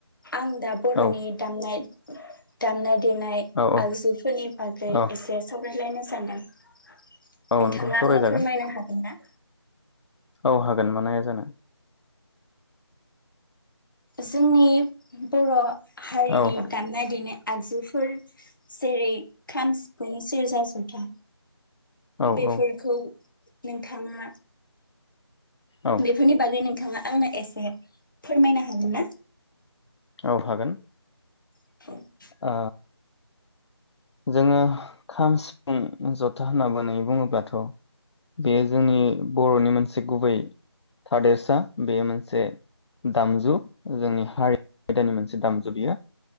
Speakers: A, on the left; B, on the left.
A: आं दा बर'नि
B: औ
A: दामनाय दाननाय बिनाय
B: औ औ
A: आगजुफोरनि बागै
B: औ
A: एसे स बेलायनो सानदों नोंथाङा
B: औ नंगौ सावरायजागोन
A: आंनो फोरमायनो हागोन ना?
B: औ हागोन मानो हाया जानो
A: जोंनि बर' हारिनि
B: औ
A: दामनाय देनाय आगजुफोर जेरै खाम सिफुं सेरजा जथा
B: औ
A: बेफोरखौ
B: औ
A: नोंथाङा
B: औ
A: बेफोरनि बागै नों थाङा आंनो एसे फोरमायनो हागोन ना?
B: औ हागोन
A: <unintelligible>
B: ओ जोङो खाम सिफुं जथा होनना बुंनानै बुङोब्लाथ बेयो जोंनि बर'नि मोनसे गुबै थादेरसा बेयो मोनसे दामजु जोंनि हारि आयदानि मोनसे दामजु बियो